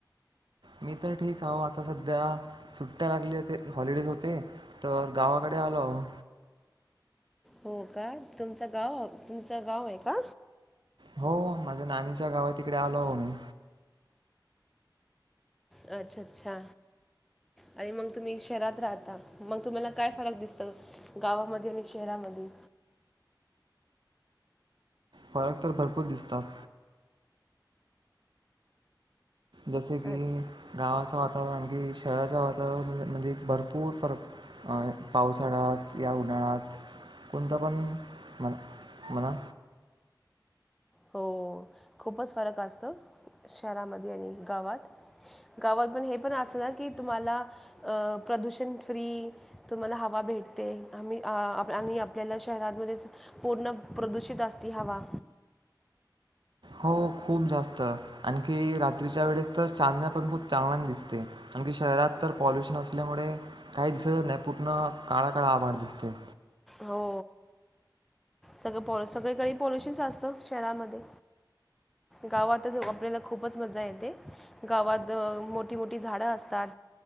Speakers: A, on the right (about 80°); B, in the centre.
A: मी तर ठीक हाऊ. आता सध्या सुट्ट्या लागली होते हॉलिडेज होते. तर गावाकडे आलो आहो.
B: हो का? तुमच गाव हाऊ, तुमचं गाव आहे का?
A: हो. माझ्या नाणीच्या गावा तिकडे आलो आहो मी.
B: अछ अच्छा. आणि मग तुम्ही शहरात राहता, मग तुम्हाला काय फरक दिसत गावामध्ये आणि शहरामध्ये?
A: फरक तर भरपूर दिसतात. जसे की
B: अच्छा
A: गावाचं वातावरण की शहराच्या वातावरण मध्ये भरपूर फरक अं पावसाळ्यात या उन्हाळ्यात कोणता पण म्ह म्हणा
B: हो खूपच फरक असतो. शहरामध्ये आणि गावात. गावात पण हे पण अस ना की तुम्हाला अ प्रदूषण फ्री तुम्हाला हवा भेटते. आम्ही अ आप आपल्याला शहरमध्येच पूर्ण प्रदूषित असती हवा.
A: हो खूप जास्त. आणखी रात्रीच्या वेळेस तर चांदण्या पण खूप चांगला दिसते. आणखी शहरात तर पॉल्युशन असल्यामुळे काहीच दिस नाही पूर्ण काळा काळा आभाळ दिसते.
B: हो. सगळं पो सगळे कडे पॉल्युशनस असतं शहरामध्ये. गावातच ओ आपल्याला खूपच मजा येते. गावात अ मोठी मोठी झाडं असतात.